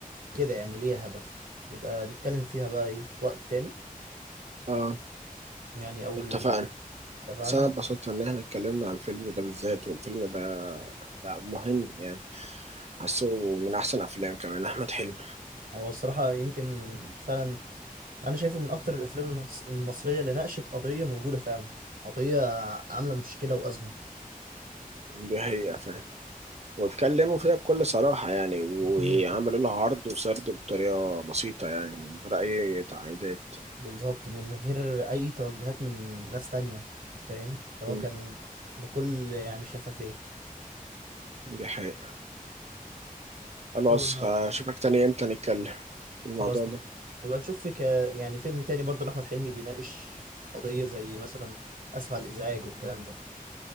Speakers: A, on the right; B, on the right.
A: كده يعني ليها هدف يبقى نتكلم فيها بقى إيه في وقت تاني
B: اه
A: يعني أول
B: اتفقنا
A: اتفقنا
B: بس انا اتبسطت ان احنا اتكلمنا عن الفيلم ده بالذات والفيلم ده لا مهم يعني حاسه من احسن افلام كمان احمد حلمي
A: هو الصراحة يمكن فعلا أنا شايفه من أكتر الأفلام المص- المصرية اللي ناقشت قضية موجودة فعلا قضية عاملة مشكلة وأزمة
B: دي حقيقة فعلا واتكلموا فيها بكل صراحة يعني وعملوا
A: مم.
B: لها عرض وسرد بطريقة بسيطة يعني من غير أي تعقيدات
A: بالظبط من غير اي توجهات من ناس تانية فاهم ده هو
B: مم.
A: كان بكل يعني شفافية
B: دي حقيقة خلاص
A: طب انا
B: هشوفك تاني إمتى نتكلم في الموضوع
A: خلاص
B: ده
A: نبقى, نبقى نشوف في ك... يعني فيلم تاني برضه لأحمد حلمي بيناقش قضية زي مثلا اسف على الازعاج والكلام ده